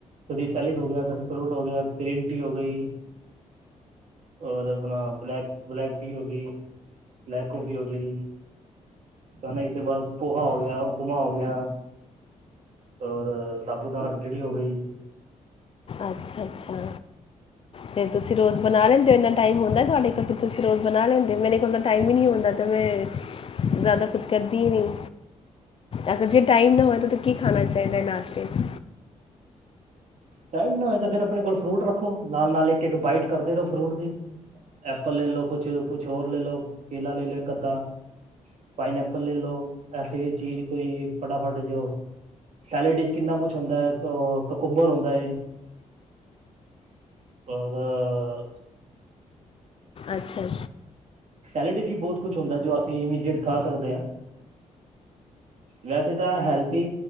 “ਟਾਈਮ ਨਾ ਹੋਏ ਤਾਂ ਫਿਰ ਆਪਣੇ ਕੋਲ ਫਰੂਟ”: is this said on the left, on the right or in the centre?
Right